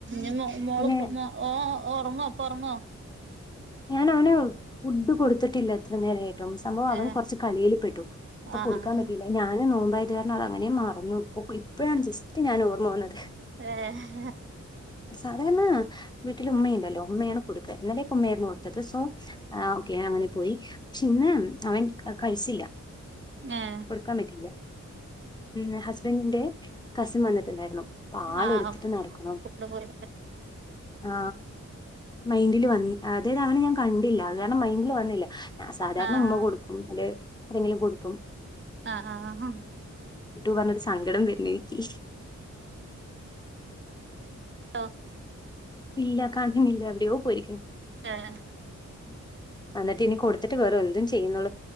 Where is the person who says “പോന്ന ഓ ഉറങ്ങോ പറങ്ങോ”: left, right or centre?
Right